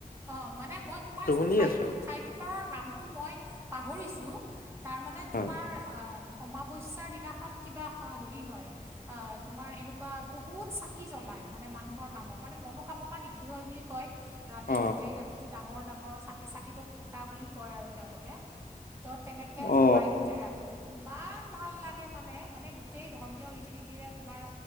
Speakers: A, on the right; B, on the left.
A: অ', মানে মই তোমাৰ
B: শুনি
A: ঠাইটো
B: আছো
A: ঠাইডোখৰৰ নামটো মই পাহৰিছোঁ। তাৰমানে
B: অ
A: তোমাৰ আ, অমাৱস্যাৰ দিনাখন কিবা স-হেৰি হয়। অ', তোমাৰ এনেকুৱা বহুত চাকি জ্বলাই, মানে মানুহৰ নামত। মানে মনোকামনা সিদ্ধি হয় বুলি কয়, ৰাতি
B: অ
A: গ ৰাতিটো ডাঙৰ-ডাঙৰ চাকি-চাকি তুক ভুটা বুলি কয় আৰু তেওঁলোকে। তো, তেনেকে জ্বলাই
B: অ
A: গোটেই ৰাতিটোত। ইমান ভাল লাগে মানে, মানে গোটেই ধৰ্মীয় ৰীতি-নীতিৰে তোমাৰ